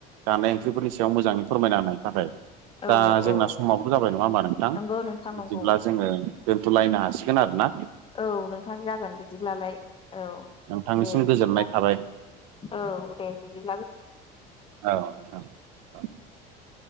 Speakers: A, on the right (about 80°); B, on the left (about 25°).
A: जानाय ओंख्रिफोरनि सायाव मोजाङै फोरमायना होनायनि थाखाय।
B: औ
A: दा जोंना
B: औ
A: समाबोथ' जाबाय नङा होमबा नोंथां
B: नंगौ नोंथां
A: बिदिब्ला
B: नंगौ
A: जोङो दोनथ'लायनो हासिगोन आरो ना?
B: औ नोंथां जागोन बिदिब्लालाय, औ
A: नोंथांनिसिम
B: दे
A: गोजोननाय
B: बिदिब्ला।
A: थाबाय
B: औ दे बिदि
A: औ औ औ